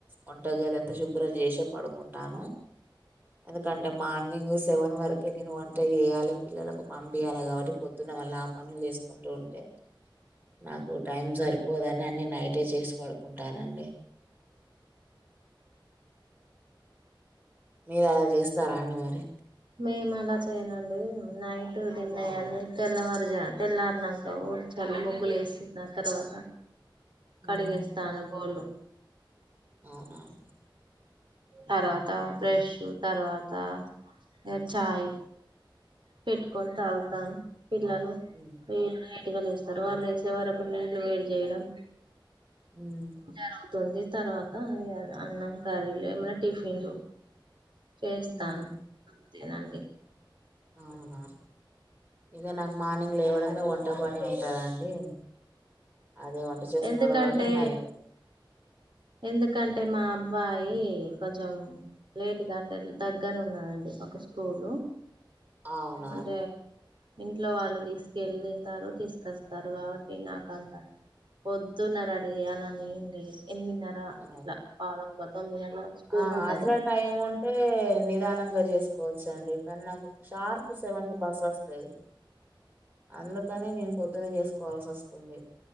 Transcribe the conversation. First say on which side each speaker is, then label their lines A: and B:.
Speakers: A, on the right; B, on the right.
A: వంటగది అంత శుభ్రం చేసే పడుకుంటాను ఎందుకంటే మార్నింగ్ సెవెన్ వరకే నేను వంట చేయాలి పిల్లలకు పంపియాలి కాబట్టి పొద్దున్న మల్ల ఆ పనులు చేసుకుంటూ ఉంటే నాకు టైం సరి పోదని అన్ని నైటే చేసి పడుకుంటానండి మీరు అలా చేస్తారా అండి మరి
B: మేము అలా చేయనండి నైటు డిన్నర్ తెల్లవారుజా తెల్లారి నాక వుం చలు ముగ్గులు వేసీ తర్వాత కడిగేస్తాను
A: ఉమ్
B: బోళు
A: అవునా అండి
B: తర్వాత బ్రెషు తర్వాత ఇగ చాయ్ పెట్టుకొని తాగుతాము పిల్లలు
A: ఉ
B: వీళ్ళు లేటుగా లేస్తారు వాళ్ళు లేసే వరకు నీళ్లు వేడి చేయడం
A: ఉం
B: జరుగుతుంది తర్వాత అన్నం కర్రీలు ఏమైనా టిఫిన్లు చేస్తాన్
A: ఉమ్
B: అంతేనండి
A: అవున ఇగా నాకు మార్నింగ్ లేవడమే వంట పని ఉంటది అండి అదే వంట చేసుకోవాలి
B: ఎందుకంటే
A: కాబట్టి ఇగ నైట్
B: ఎందుకంటే
A: చెప్పండి
B: మా అబ్బాయీ కొంచెం లేట్ గా అంటే దగ్గర ఉన్నదండి మాకు స్కూలు
A: అవునా
B: అంటే
A: అండి
B: ఇంట్లో వాళ్ళు తీసుకెళ్లి తారు తీస్కస్తారు కాబట్టే నాకంత పొద్దున రడి చేయలీ అని ఏం లేదు ఎనిమిదినర అ
A: ఆ
B: ఇట్లా పవ్ధక్క తొమ్మిగంట్ల వర్క్ స్కూల్
A: ఆ
B: ఉంటది
A: అట్లా
B: <unintelligible>
A: టైం ఉంటే నిదానంగా జెస్కోచండి కానీ నాకు షార్ప్ సెవన్కి బస్ అస్తది అందుకని నేను పొద్దన చేస్కోవాల్స్తుంది